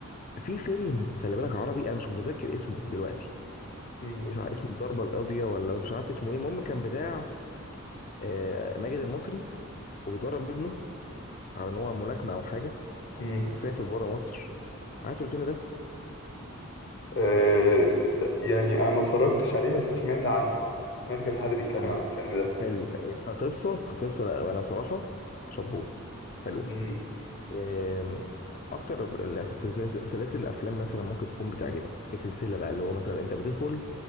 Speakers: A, on the left; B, on the left.
A: في فيلم خلي بالك عربي انا مش متذكر اسمه دلوقتي
B: مم.
A: مش عارف اسمه الضربه القاضيه ولا مش عارف اسمه ايه المهم كان بتاع آه، ماجد المصري وبيدرب ابنه على ان هو ملاكمه او حاجه
B: مم.
A: وسافر بره مصر عارف الفيلم ده
B: أه ت- يعني انا ما اتفرجتش عليه بس سمعت عنه سمعت كذا حد بيتكلم
A: كان
B: عن الفيلم ده
A: حلو كقصه كقصه لا انا صراحه شابوه حلو
B: مم.
A: آم، اكتر ال- في السلس- سلاسل الافلام مثلا ممكن تكون بتعجبك كسلسله بقى اللي هو مثلا انت بتدخل